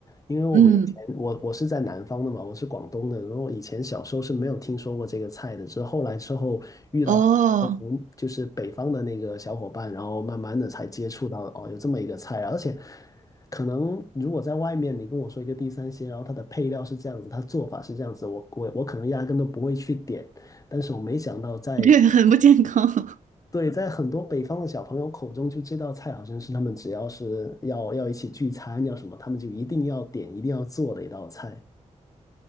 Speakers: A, on the left; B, on the right.
A: 因为我们以前我我是在南方的嘛，
B: 嗯，
A: 我是广东的，然后以前小时候是没有听说过这个菜的，是后来之后，
B: 哦，
A: 我从就是北方的那个小伙伴，然后慢慢的才接触到哦，有这么一个菜啊，而且可能如果在外面你跟我说一个地三鲜，然后它的配料是这样子，它做法是这样子，我我我可能压根都不会去点，但是我没想到在
B: 对，很不健康，<laughs>
A: 对，在很多北方的小朋友口中，就这道菜好像是他们只要是要要一起聚餐要什么，他们就一定要点、一定要做的一道菜。